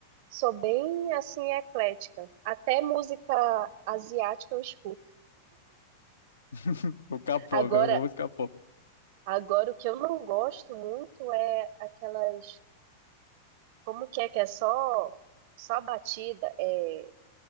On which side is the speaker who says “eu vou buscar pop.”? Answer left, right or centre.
Left